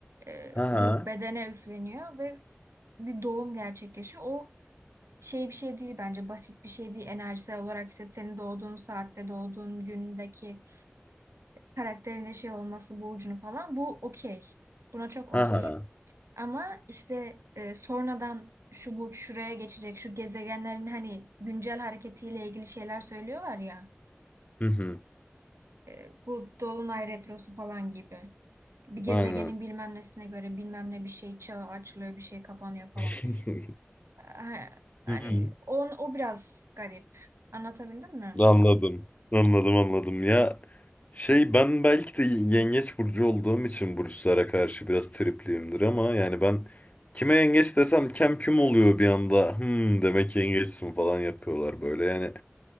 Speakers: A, on the right (about 85°); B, on the left (about 30°).
A: E,
B: Ha
A: ruh
B: ha.
A: bedene üfleniyor ve bir doğum gerçekleşiyor. O şey bir şey değil bence basit bir şey değil enerjisel olarak işte senin doğduğun saatte doğduğun gündeki karakterine şey olması burcunu falan bu okey buna çok okeyim
B: Ha ha.
A: ama işte e, sonradan şu burç şuraya geçecek şu gezegenlerin hani güncel hareketiyle ilgili şeyler söylüyorlar ya
B: Hı hı.
A: e, bu dolunay retrosu falan gibi bir gezegenin
B: Aynen.
A: bilmem nesine göre bilmem ne bir şey çağı açılıyor bir şey kapanıyor falan
B: <laughs>
A: E, hani
B: Hı hı.
A: on, o biraz garip anlatabildim mi?
B: Anladım. Anladım anladım. Ya şey ben belki de yengeç burcu olduğum için burçlara karşı biraz tripliyimdir ama yani ben kime yengeç desem kem küm oluyor bir anda. Hmm demek yengeçsin falan yapıyorlar böyle. Yani